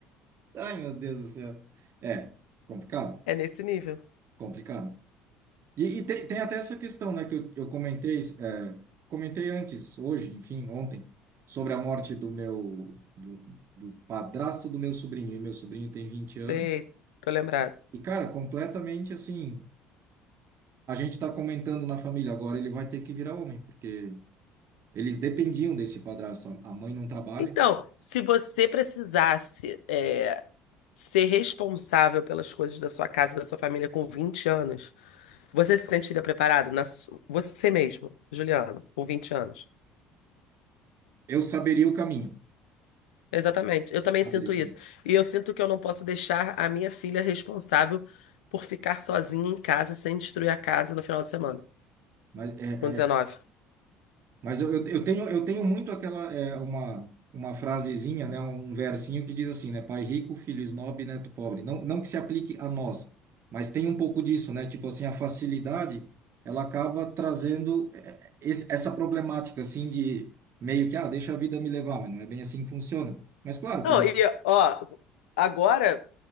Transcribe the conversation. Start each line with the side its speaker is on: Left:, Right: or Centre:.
Right: Ai, meu Deus do céu. É, complicado,
Left: É nesse nível.
Right: complicado. E, e tem, tem até essa questão, né, que eu, eu comentei, é, comentei antes, hoje, enfim, ontem, sobre a morte do meu, do, do padrasto do meu sobrinho, e meu sobrinho tem vinte
Left: Sei,
Right: anos,
Left: tô lembrado.
Right: e, cara, completamente, assim, A gente está comentando na família, agora ele vai ter que virar homem, porque eles dependiam desse padrasto. A mãe não trabalha.
Left: Então, se você precisasse é, ser responsável pelas coisas da sua casa e da sua família com 20 anos, você se sentiria preparado? Na su- Você mesmo, Juliano, com 20 anos.
Right: Eu saberia o caminho.
Left: Exatamente. Eu também
Right: Saberia
Left: sinto
Right: o
Left: isso.
Right: caminho.
Left: E eu sinto que eu não posso deixar a minha filha responsável por ficar sozinha em casa sem destruir a casa no final de semana,
Right: Mas, é,
Left: com 19.
Right: é, mas eu, eu, eu tenho, eu tenho muito aquela, é, uma, uma frasezinha, né, um versinho que diz assim, né, pai rico, filho esnobe, neto pobre. Não, não que se aplique a nós, mas tem um pouco disso, né? Tipo assim, a facilidade, ela acaba trazendo é, esse, essa problemática, assim, de meio que, ah, deixa a vida me levar, mas não é bem assim que funciona. Mas claro,
Left: Não,
Right: quando
Left: e ó, agora,